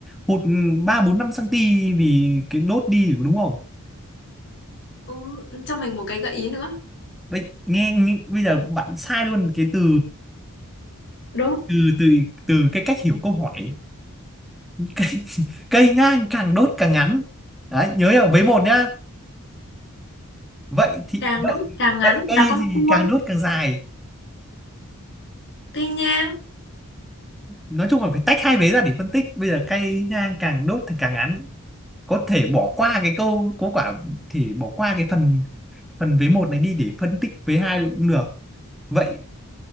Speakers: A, in the centre; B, on the left (about 55°).
A: hụt ba bốn năm cm vì cái đốt đi đúng không
B: Ừ, cho mình một cái gợi ý nữa
A: bây, nghe, nghe bây giờ bạn sai luôn cái từ
B: đốt
A: từ từ từ cái cách hiểu câu hỏi <laughs> cây, cây nhang càng đốt càng ngắn đấy nhớ nhá với một nhá vậy thì
B: càng
A: vậy
B: đốt càng ngắn
A: vậy cây
B: là con
A: gì
B: cua
A: càng đốt càng dài
B: cây nhang
A: nói chung là phải tách hai vế ra để phân tích bây giờ cây nhang càng đốt thì càng ngắn có thể bỏ qua cái câu có quả thì bỏ qua cái phần phần vế một này đi để phân tích vế hai cũng được vậy